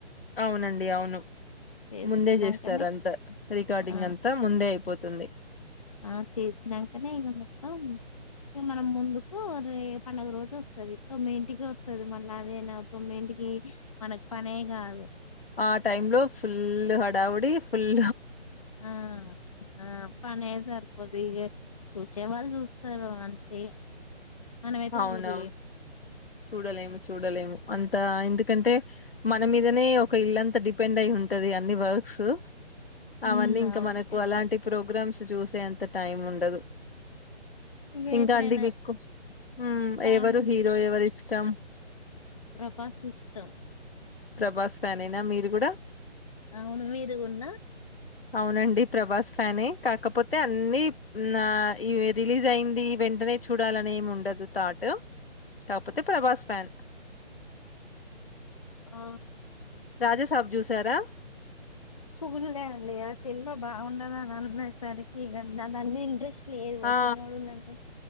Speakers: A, on the left; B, on the left.
A: అవునండి అవును
B: చేసుకున్నాకనే
A: ముందే జేస్తారంతా. రికార్డింగ్
B: ఆ
A: అంతా ముందే అయిపోతుంది.
B: ఆ చేసినాకనే ఇక మొత్తం ఇ మనం ముందుకు పడుగ రోజు వస్తుది తొమ్మిది ఇంటికి వస్తుది మళ్ళీ అదేనా తొమ్మిది ఇంటికి మనకు పనే కాదు
A: ఆ టైమ్ లో ఫుల్ హడావుడి ఫుల్
B: ఆ ఆ పన ఏదార్పోదు ఇక చూచే వాళ్రారుు చూస్తారు అంతే మనమైతే
A: అవునవు
B: చూడలేం
A: చూడలేము చూడలేము అంత ఎందుకంటే మన మీదనే ఒక ఇల్లంతా డిపెండ్ అయి ఉంట్ ఉంటది అన్ని వర్క్స్ అవన్నీ
B: ఉమ్
A: ఇంకా
B: అవును
A: మనకు అలాంటి ప్రోగ్రామ్స్ చూసే ఎంత టైమ్ ఉండదు.
B: ఇగ
A: ఇంకా
B: ఎప్పుడైనా
A: అండీ మీక్కు మ్
B: టైం
A: ఎవరు హీరో ఎవరి ఇష్టం.
B: ప్రభాసిష్టం
A: ప్రభాస్ ఫ్యానేనా మీరు కూడా
B: అవును మీరుగున్నా
A: అవునండి. ప్రభాస్ ఫ్యానే కాకపోతే అన్నీ నా ఈ రిలీజ్ అయింది వెంటనే చూడాలని ఏమి ఉండదు థాట్ కాకపోతే ప్రభాస్ ఫ్యాన్
B: ఆ
A: రాజాసాబ్ చూసారా
B: చూళ్ళే అండి ఆ సినిమా బాగుండది అని అన్నే సరికి ఇగ ద దాని మీద ఇంట్రెస్ట్ లేదు
A: ఆ
B: చిన్నోడు ఉన్నడుగ.